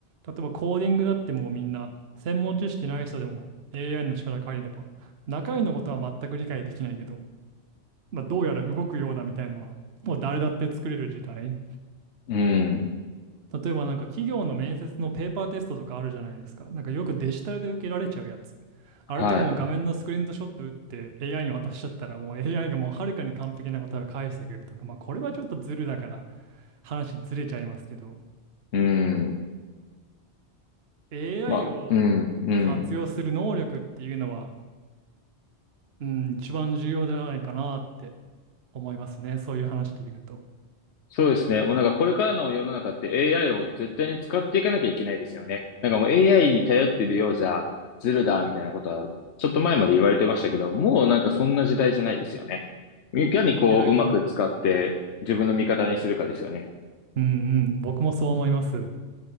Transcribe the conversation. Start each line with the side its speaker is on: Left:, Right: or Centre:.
Right: 例えばコーディングだってもうみんな専門知識ない人でも AI の力借りれば、中身のことは全く理解できないけど、まあ、どうやら動くようだみたいなのは、もう誰だって作れる時代。
Left: うん、うん。
Right: 例えばなんか企業の面接のペーパーテストとかあるじゃないですか。なんかよくデジタルで受けられちゃうやつ。あれとかも画面のスクリーンショット打って
Left: はい。
Right: AI に渡しちゃったらもう AI がもうはるかに完璧な答えを返してくれるとか、まあこれはちょっとズルだから話ずれちゃいますけど、
Left: うん。
Right: AI
Left: まあ、
Right: を
Left: うん、うん。
Right: 活用する能力っていうのは、うん、一番重要じゃないかなって思いますね。そういう話で言うと。
Left: そうですね。もうなんかこれからの世の中って AI を絶対に使っていかなきゃいけないですよね。なんかもう AI に頼ってるようじゃずるだみたいなことはちょっと前まで言われてましたけど、もうなんかそんな時代じゃないですよね。いかにこううまく使って自分の味方にするかですよね。
Right: いやなんか、うんうん、僕もそう思います。